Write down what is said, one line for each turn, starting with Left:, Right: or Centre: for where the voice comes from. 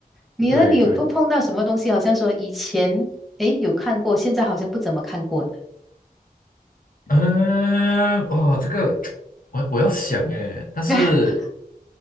Centre: 你呢？
Left: 对对，
Centre: 你有不碰到什么东西？好像说以前哎有看过，现在好像不怎么看过的。
Left: 嗯，哇，这个 <tsk> 我我要想诶，但是
Centre: <laughs>